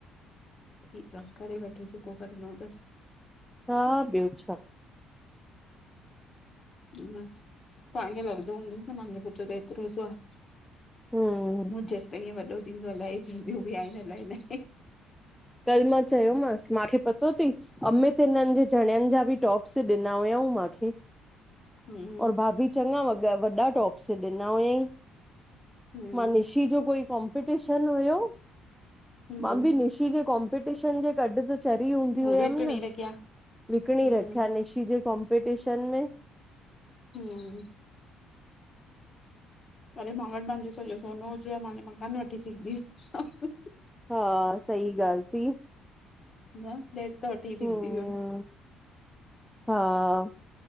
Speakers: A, on the left; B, in the centre.
A: ठीक आहे करे वठे जे को करणो तस।
B: हा ॿियो छा
A: ह न पाणी लॻंदो हूंदस न नाली ॼो पुठ त एतिरो सो आ
B: हम्म
A: मुं चयसि ते ईअं वॾो थींदो अलाए थींदियूं बि आहिनि अलाए न
B: कल मां चयोमांसि माखे पतो पतो तयी अमित हिननि जे जणियनि जा बि टॉप्स ॾिना हुयाऊं माखे
A: हम्म
B: और भाभी चङा वगा वॾा टॉपस ॾिना हुयईं
A: हम्म
B: मां निशी जो कोई कॉम्पिटीशन हुयो,
A: हम्म
B: मां बि निशी जे कॉम्पिटीशन जे ॻड ता चरी हूंदी होयम
A: विकिणी
B: न,
A: रखिया
B: विकणी
A: हम्म
B: रख्या निशी जे कॉम्पिटीशन में
A: हम अरे मां वटि मुंहिंजो सॼो सोनो हुजेहां मां हाणे मकान वठी सघंदी हुजां
B: हा सही ॻाल थी।
A: न फ्लैट त वठी
B: हम्म
A: सिगदी वयम
B: हा